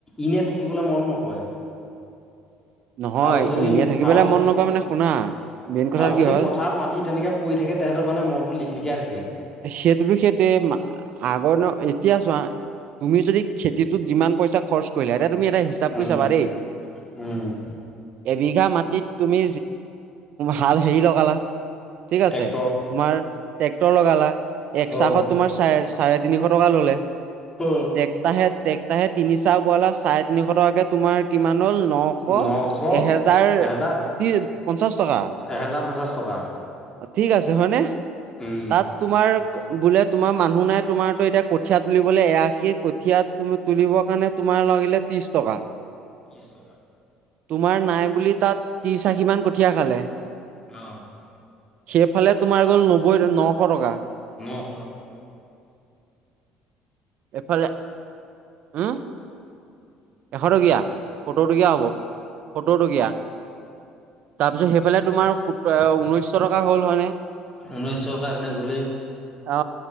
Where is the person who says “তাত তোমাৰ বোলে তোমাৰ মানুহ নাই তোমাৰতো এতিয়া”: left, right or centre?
Right